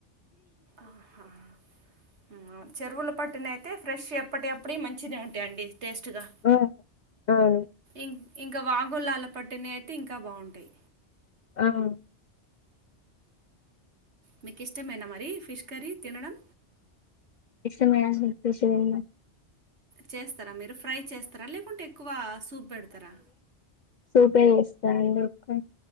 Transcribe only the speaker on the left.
ఆ అవును
ఆహ్
ఇష్టమే అండి ఇంట్రెస్ట్ లేదండి
సూపే చేస్తా ఎందుకు